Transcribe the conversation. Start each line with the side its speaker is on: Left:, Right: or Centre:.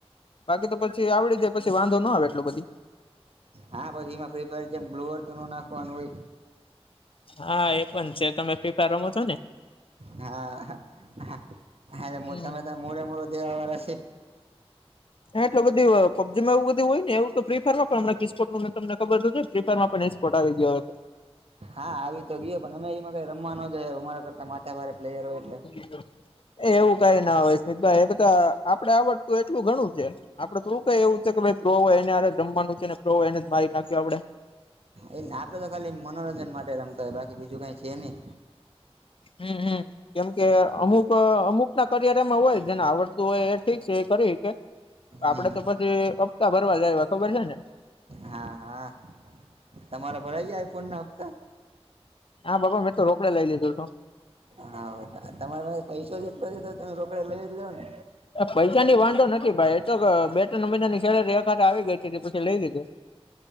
Left: બાકી તો પછી આવડી જાય પછી વાંધો ન આવે એટલું બધી
Right: હા પછી એમાં ફ્રી ફાયર જેમ બુલ્વર તોનું નાખવાનું હોય.
Left: હા એ પણ છે તમે ફી ફાયર રમો છો ને.
Right: હા હ હ
Left: હમ
Right: તમે તો મોરે મૂરો દેવા વાળા છે
Left: હ હ એટલે બધું પબજી એવું બધુંય ને એવું ફ્રી ફાયરમાં પણમ કિસ્પર્ટું ને તમને ખબર છે ફ્રી ફાયરમાં પણ ફોટાવી ગયો
Right: હા આવી તો ગયો પણ અમે એમાં કઈ રમવા ના જઈએ અમારા કરતા માથા ભારે પ્લેયર હોય એટલે
Left: <inaudible> એ એવું કઈ ના હોય અમિતભાઈ એ બધા આપડે આવડતું એટલું ઘણું છે આપડે થોડું કઈ એવું છે કે ભાઈ પ્રો હોય એને હારે જ રમવાનું છેને પ્રો હોય એને જ મારી નાખ્યો આપડે
Right: એને આપડે તો ખાલી મનોરંજન માટે રમતા હોય બાકી બીજું કાઈ છે નહી
Left: હમ્મ હમ્મ. કેમ કે અમુક અમુક ના કરિયર એમાં હોય જેને આવડતું હોય એ ઠીક છે એ કરી હકે આપડે
Right: હમ
Left: તો પછી અપ્તા ભરવા જાય ખબર છે ને
Right: હા હા તમારા પર આઈ જાય ફોન ના હપ્તા
Left: હા બાપા મેં તો રોકડે લઈ લીધો તો
Right: હા તમારા પાસે પૈસો જેટલો છે તો તમે રોકડા લઈ જ લો ને
Left: પૈસાની વાંધો નથી ભાઈ એ તો બે ત્રણ મહિનાની શેલેરી એકા આવી ગઈ હતી પછી લઈ દીધું